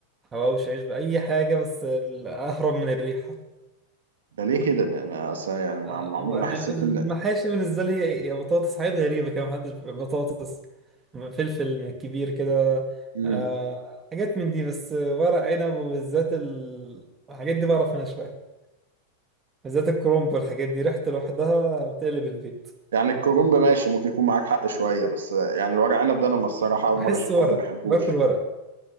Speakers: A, on the right; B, on the right.
A: حواوشي عيش بأي حاجة بس ال- أهرب من الريحة
B: ده ليه كده ما ما- أصل يعني ما-
A: آه،
B: ما عمري ما
A: يعني
B: حسيت
A: المحاشي
B: إن
A: بالنسبة لي هي هي بطاطس حاجات غريبة كده محدش بيبقى بطاطس فلفل كبير كده
B: مم.
A: آه، حاجات من دي بس ورق عنب وبالذات ال- الحاجات دي بعرف منها شوية بالذات الكرنب والحاجات دي ريحته لوحدها بتقلب البيت
B: يعني الكرنب ماشي ممكن يكون معاك حق شويه بس يعني الورق عنب ده انا الصراحه اول
A: بحس
B: مره اشوف
A: ورق
B: حد ما يحبوش
A: باكل ورق